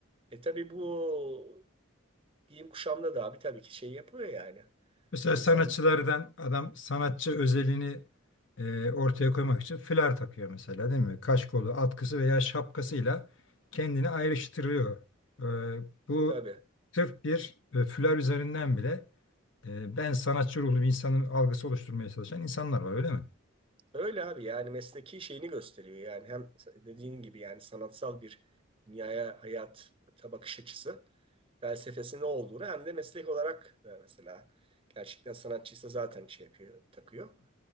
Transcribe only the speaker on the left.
Mesela
sanatçılardan adam sanatçı özelliğini e, ortaya koymak için fular takıyor mesela değil mi? Kaşkolu, atkısı veya şapkasıyla kendini ayrıştırıyor. E, bu
sırf bir e, fular üzerinden bile e, ben sanatçı ruhlu bir insanın algısı oluşturmaya çalışan insanlar var öyle mi?